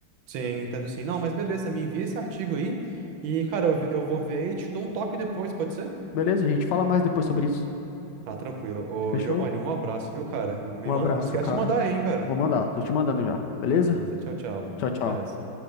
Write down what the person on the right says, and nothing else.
Sim, entendo sim. Não, mas beleza, me envia esse artigo aí e, cara, eu, ve- eu vou ver e te dou um toque depois, pode ser?
Tá, tranquilo. Ô,
Giovanni, um abraço, viu, cara? Me
man... Não esquece
de mandar aí, hein, cara?
Beleza, tchau, tchau.
Até mais.